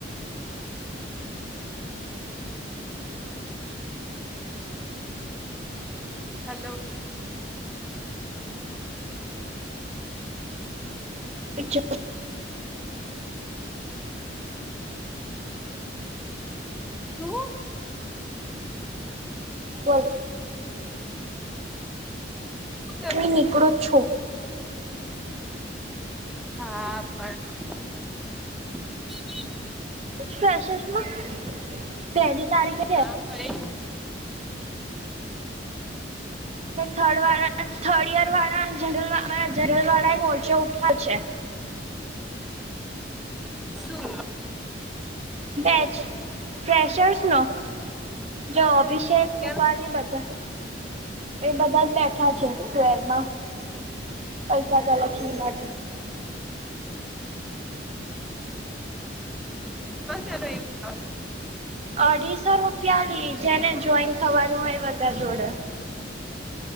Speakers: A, in the centre; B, on the right (about 35°).
A: હલો.
B: કેમ છો?
A: શું
B: બોલ.
A: શું કે
B: હુંય
A: છે
B: નીકળું છુ.
A: હા <unintelligible>
B: શેશસમાં પહેલી તારીખે છે.
A: ના ભાઈ
B: પર થર્ડ વાળા થર્ડ યર વાળા જનરલ વા જનરલ વાળા એ મોરચો ઉઠાવ છે.
A: શું
B: બેચ ફ્રેશર્સ નો. જો અભિષેક
A: કેમ
B: રૂપાલ ની બધા એ બધા જ બેઠા છે
A: શું
B: સ્વેરમાં પૈસા કલેક્શન માટે.
A: સર <unintelligible>
B: અઢીસો રૂપિયા લી જેને જોઈન થવાનું હોય બધા જોડે.